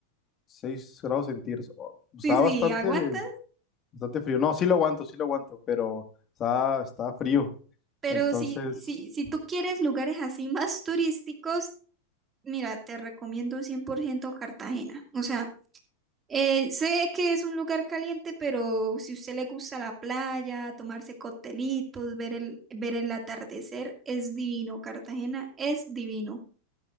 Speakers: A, on the left (about 25°); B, on the right (about 20°).
A: 6 grados centígrados. Oh, está
B: Sí, sí,
A: bastante,
B: aguantas.
A: bastante frío. No, sí lo aguanto, sí lo aguanto, pero está, está frío.
B: Pero
A: Entonces,
B: si, si, si tú quieres lugares así <laughs> más turísticos, mira, te recomiendo 100% Cartagena. O sea, eh, sé que es un lugar caliente, pero si usted le gusta la playa, tomarse coctelitos, ver el, ver el atardecer, es divino. Cartagena es divino.